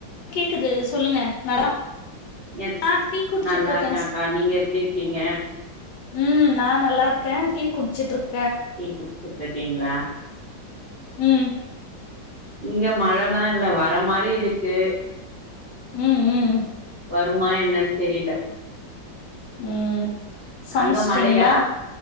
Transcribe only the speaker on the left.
கேக்குது சொல்லுங்க ந
நான் டீ குடிச்சுட்டு
இருக்கேன்
உம் நான் நல்லா இருக்கேன் டீ குடிச்சிருக்
உம்
உம் உம்
உம் சமைச்சிட்டீங்களா